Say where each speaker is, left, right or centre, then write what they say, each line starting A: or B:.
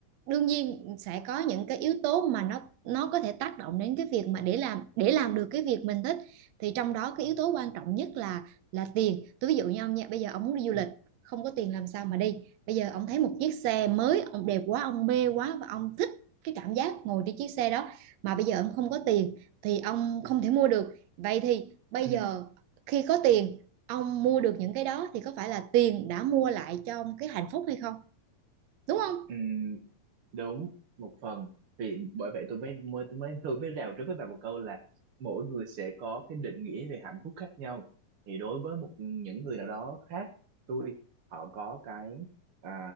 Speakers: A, on the right; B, on the right.
A: đương nhiên sẽ có những cái yếu tố mà nó nó có thể tác động đến cái việc mà để làm để làm được cái việc mình thích thì trong đó cái yếu tố quan trọng nhất là là tiền tôi ví dụ như ông nha bây giờ ông muốn đi du lịch
B: ừ,
A: không có tiền làm sao mà đi bây giờ ông thấy một chiếc xe mới ông đẹp quá ông mê quá và ông thích cái cảm giác ngồi trên chiếc xe đó mà bây giờ ông không có tiền thì ông không thể mua được vậy thì bây
B: ừ,
A: giờ khi có tiền ông mua được những cái đó thì có phải là tiền đã mua lại cho ông cái hạnh phúc hay không đúng không
B: ừ. đúng một phần vì bởi vậy tôi mới mới tôi mới tôi mới rào trước với bạn một câu là mỗi người sẽ có cái định nghĩa về hạnh phúc khác nhau thì đối với một những người nào đó khác tôi họ có cái à,